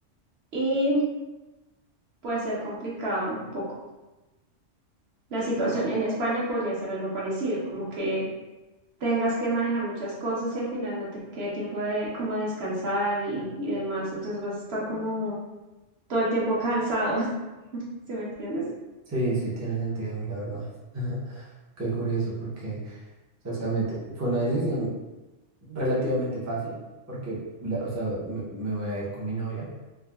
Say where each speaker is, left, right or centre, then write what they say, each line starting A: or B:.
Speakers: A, on the right; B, on the right.
A: y puede ser complicado un poco. La situación en España podría ser algo parecido, como que tengas que manejar muchas cosas y al final no te quede tiempo de como descansar y, y demás, entonces vas a estar como todo el tiempo cansado, <laughs> ¿sí me entiendes?
B: sí, sí tiene sentido, la verdad. <laughs> Qué curioso, porque Exactamente. Fue una decisión relativamente fácil porque, la- o sea, me, me voy a ir con mi novia.